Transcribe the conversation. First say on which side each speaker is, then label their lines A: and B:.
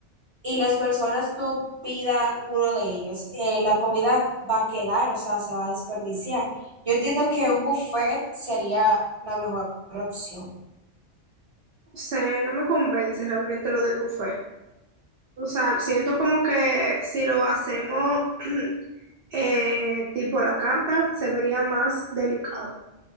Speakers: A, on the right (about 25°); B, on the right (about 55°).
A: y las personas no pidan uno de ellos, eh, la comida va a quedar, o sea, se va a desperdiciar. Yo entiendo que un buffet sería la mejor opción.
B: No sé, no me convence realmente lo del buffet. O sea, siento como que si lo hacemos <clears throat> eh, tipo a la carta, se vería más delicado.